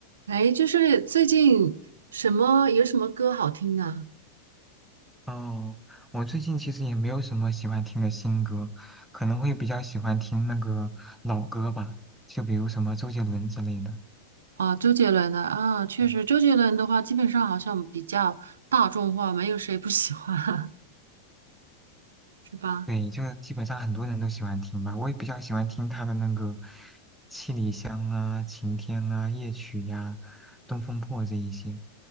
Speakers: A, on the right; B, in the centre.
A: 哎，就是最近什么有什么歌好听啊？
B: 哦，我最近其实也没有什么喜欢听的新歌，可能会比较喜欢听那个老歌吧，就比如什么周杰伦之类的。
A: 啊，周杰伦的啊，确实，
B: 嗯
A: 周杰伦的话，基本上好像比较大众化，没有谁不喜欢啊，<laughs> 是吧？
B: 对，就基本上很多人都喜欢听吧，我也比较喜欢听他的那个《七里香》啊、《晴天》啊、《夜曲》呀、《东风破》这一些。